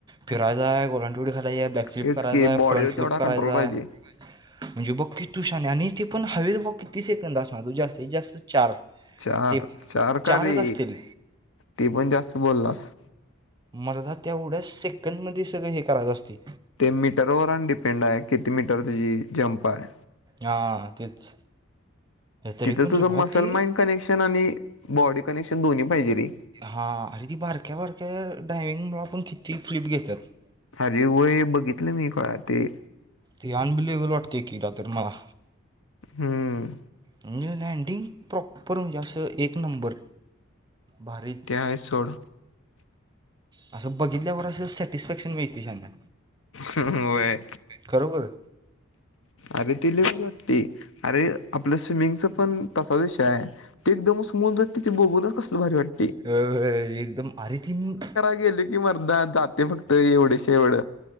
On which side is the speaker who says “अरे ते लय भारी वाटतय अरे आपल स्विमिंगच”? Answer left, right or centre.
Left